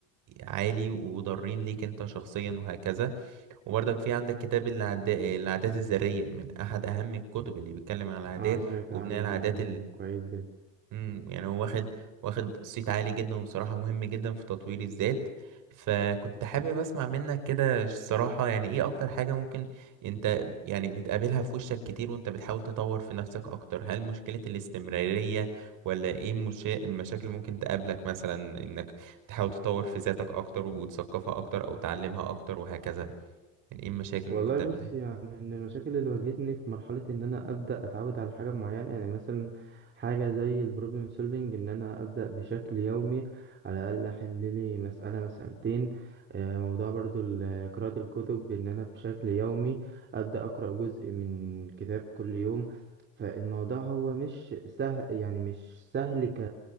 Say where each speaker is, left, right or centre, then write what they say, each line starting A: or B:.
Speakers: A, on the right (about 50°); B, on the right (about 25°).
A: عالي وضارين ليك أنت شخصيا وهكذا وبرضك في عندك كتاب العد... العادات الذرية من أحد أهم الكتب اللي بيتكلم عن العادات
B: اه سمعت
A: وبناء
B: عنه
A: العادات
B: كويس جدا
A: امم يعني هو واخد واخد صيت عالي جدا وبصراحة مهم جدا في تطوير الذات فكنت حابب اسمع منك كده الصراحة يعني ايه اكتر حاجة ممكن انت يعني بتقابلها في وشك كتير وانت بتحاول تطور في نفسك اكتر هل مشكلة الاستمرارية ولا ايه المشا... المشاكل ممكن تقابلك مثلا انك تحاول تطور في ذاتك اكتر وتثقفها اكتر او تعلمها اكتر وهكذا يعني ايه المشاكل
B: والله
A: ممكن تقابلها
B: بص يعني من المشاكل اللي واجهتني في مرحلة إن أنا أبدأ أتعود على حاجة معينة يعني مثلا حاجة زي البروبلم سولفينج إن أنا أبدأ بشكل يومي على الأقل أحل لي مسألة مسألتين آه، موضوع برضو ال- قراءة الكتب إن أنا بشكل يومي أبدأ أقرأ جزء من كتاب كل يوم فالموضوع هو مش سهل يعني مش سهل ك